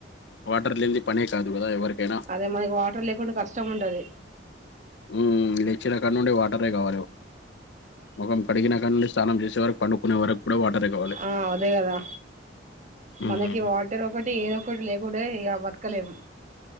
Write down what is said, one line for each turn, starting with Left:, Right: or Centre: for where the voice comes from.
Left: వాటర్ లేన్ది పనే కాదు. కదా ఎవర్క్ ఏనాఫ్
Right: అదే మనకి వాటర్ లేకుండా కష్టం ఉంటది
Left: ఉమ్ లేచ్చిన కాడ్నుండి వాటరే కావాలి. ముఖం కడిగిన కాడా నుండి స్నానం జేసే వరకు, పండుకునే వరకు కూడా వాటరే కావాలి.
Right: ఆ అదే కదా
Left: మ్మ్,
Right: మనకి వాటర్ ఒకటి ఏదోక్కటి లేకుంటే ఇగ బతక్ క లేము